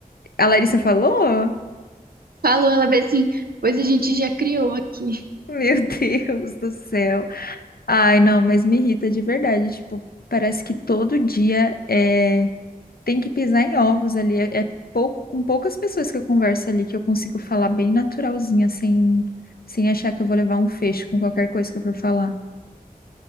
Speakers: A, on the left (about 80°); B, on the right (about 80°).
A: A Larissa falou?
B: falou, ela bem assim, pois a gente já criou aqui.
A: Meu <laughs> Deus do céu. Ai, não, mas me irrita de verdade. Tipo, parece que todo dia é... tem que pisar em ovos ali. É, é pouco, com poucas pessoas que eu converso ali que eu consigo falar bem naturalzinha, sem, sem achar que eu vou levar um fecho com qualquer coisa que eu for falar.